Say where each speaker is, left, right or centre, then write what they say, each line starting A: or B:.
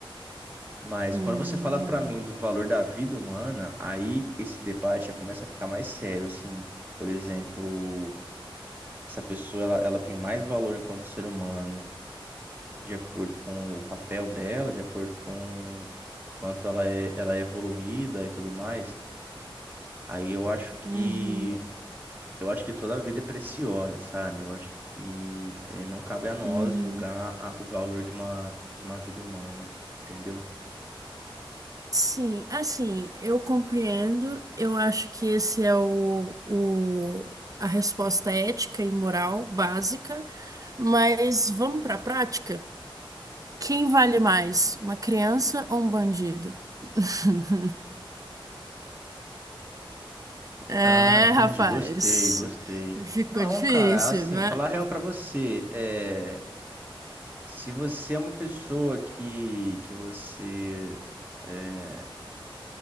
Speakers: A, on the right (about 20°); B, on the right (about 40°).
A: Mas
B: Hum.
A: quando você fala pra mim do valor da vida humana, aí esse debate já começa a ficar mais sério, assim. Por exemplo, essa pessoa ela, ela tem mais valor enquanto ser humano, de acordo com o papel dela, de acordo com quanto ela é, ela é evoluída e tudo mais. Aí eu acho que
B: hum, Uhum.
A: eu acho que toda a vida é preciosa, sabe? Eu acho que eh, não cabe a nós
B: Uhum.
A: julgar a- o valor de uma de uma vida humana, entendeu?
B: Sim, assim, eu compreendo. Eu acho que esse é o, o, a resposta ética e moral básica, mas vamos para a prática? Quem vale mais, uma criança ou um bandido? <laughs> É,
A: Ah, entendi.
B: rapaz,
A: Gostei, gostei.
B: ficou
A: Não,
B: difícil,
A: cara, assim,
B: não é?
A: falar a real pra você, é, se você é uma pessoa que, que você é,